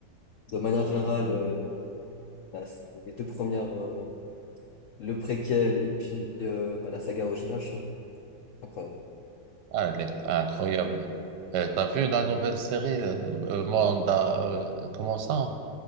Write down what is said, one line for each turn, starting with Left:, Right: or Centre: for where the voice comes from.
Left: de manière générale, euh, la- les deux premières, euh, le préquel et puis euh, bah, la saga originale, je trouve incroyable.
Right: ah, elle est incroyable. Euh, t'as vu la nouvelle série, euh, euh, Manda, euh, comment ça?